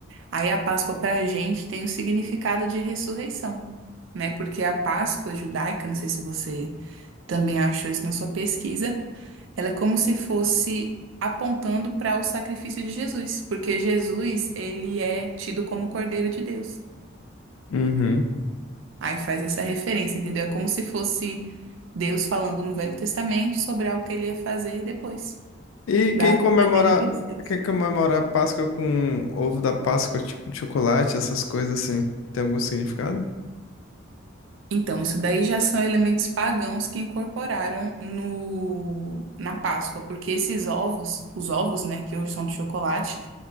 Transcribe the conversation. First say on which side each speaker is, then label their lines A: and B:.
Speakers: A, on the right; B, on the left.
A: Aí a Páscoa para a gente tem o significado de ressurreição, né, porque a Páscoa judaica, não sei se você também achou isso na sua pesquisa, ela é como se fosse apontando para o sacrifício de Jesus, porque Jesus, ele é tido como Cordeiro de Deus.
B: Uhum.
A: Aí faz essa referência, entendeu? É como se fosse Deus falando no Velho Testamento sobre algo que ele ia fazer depois,
B: E
A: da
B: quem
A: vida
B: comemora,
A: dele pelos seus.
B: quem comemora a Páscoa com ovo da Páscoa, tipo de chocolate, essas coisas assim, tem algum significado?
A: Então, isso daí já são elementos pagãos que incorporaram no, na Páscoa, porque esses ovos, os ovos, né, que hoje são de chocolate,